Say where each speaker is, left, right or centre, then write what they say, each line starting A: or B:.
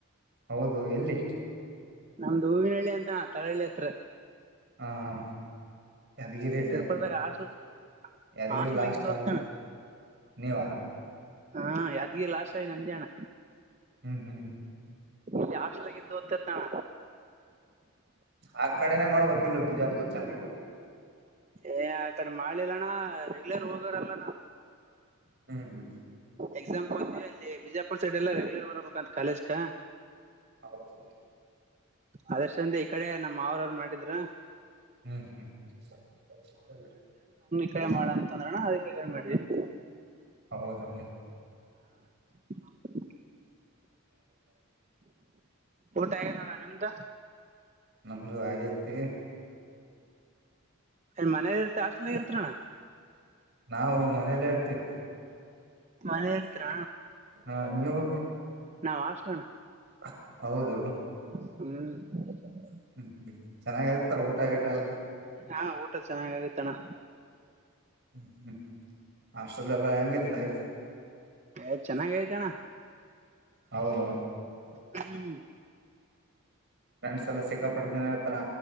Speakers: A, on the right; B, on the right.
A: ಹೌದು ಎಲ್ಲಿ
B: ನಮ್ದು ಹೂವಿನಳ್ಳಿ ಅಂತಾನ ತಳ್ಳಳ್ಳಿ ಹತ್ರ
A: ಹಾ ಹಾ ಯಾದಗಿರಿ
B: ಸುರ್ಪುರದಾಗ ಹಾಸ್ಟೆಲ್
A: ಯಾದಗಿರಿ
B: ಹಾಸ್ಟೆಲ್
A: ಲಾಸ್ಟ್
B: ಆಗಿದ್ದು ಓದ್ತಣ
A: ನೀವ
B: ಹಾ ಯಾದ್ಗಿರಿ ಲಾಶಾಗಿ ನಂದೇಣ
A: ಹ್ಮ್ ಹ್ಮ್
B: ಇಲ್ಲಿ ಹಾಸ್ಟೆಲಾಗಿದ್ದ ಓದತಿರ್ತಾನ.
A: ಆ ಕಡೆನೆ ಮಾಡ್ಬೇಕಿಲ್ಲು ಬಿಜಾಪುರ್ ಚನ್ನ
B: ಏ ಆಕಡೆ ಮಾಡಿಲ್ಲಣ್ಣ ರೆಗ್ಯುಲರ್ ಹೋಗವ್ರಲ್ಲ
A: ಹ್ಮ್ ಹ್ಮ್
B: ಎಕ್ಸಾಮ್ ಹೋತೀವಿ ಅಲ್ಲಿ ಬಿಜಯಾಪುರ್ ಸೈಡ್ ಎಲ್ಲ ರೆಗ್ಯುಲರ್ ಬರ್ಬೇಕಂತ ಕಾಲೇಜ್ ಕ.
A: ಹೌದು.
B: ಅಲಶಂಡಿ ಈ ಕಡೆ ನಮ್ಮಾವನವರು ಮಾಡಿದ್ರ
A: ಹ್ಮ್ ಹ್ಮ್ ಇವಾಗ್ ಸಿಗ್ತಾಯಿಲ್ಲ ಅಷ್ಟು.
B: ಕ ಮಾಡ ಅಂತಂದ್ರಣ ಅದಕ್ಕೆ ಕ ಮಾಡಿದವಿ
A: ಹೌದು
B: <inaudible> ಊಟ ಆಗೈತ್ ನೋಡಣ. ಎಂತ.
A: ನಮ್ದು ಆಗೈತಿ.
B: ್ ಮನೇಲಿ ಇರ್ತ ಹಾಸ್ಟೇಲ್ ಇರ್ತಣ್ಣ.
A: ನಾವು ಮನೆಯಲ್ಲೇ ಇರ್ತೀವಿ.
B: ಮನೆ ಇರ್ತೀರ.
A: ಹಾ ನೀವು.
B: ನಾವು ಹಾಸ್ಟೇಲ್ ಅಣ್ಣ.
A: <unintelligible> ಹೌದು.
B: ಹ್ಮ್
A: ಹ್ಮ್ ಹ್ಮ್ ಚೆನ್ನಾಗ್ ಆಗ್ತಾರ ಊಟ ಆಗಿಟ ಎಲ್ಲ.
B: ಹಾ ಊಟ ಚೆನ್ನಾಗ ಆಗತ್ತ ಅಣ್ಣ.
A: ಹ್ಮ್ ಹ್ಮ್. ಹಾಸ್ಟ್ರೆಲ್ ಎಲ್ಲ ಹೆಂಗಿದೆ ಲೈಫ್.
B: ಯ ಚೆನ್ನಾಗ ಐತ ಅಣ್ಣ.
A: ಹೌದು.
B: <inaudible>
A: ಫ್ರೆಂಡ್ಸ್ ಎಲ್ಲ ಸಿಕ್ಕಾಪಟ್ಟಿ ಜನ ಇರ್ತಾರ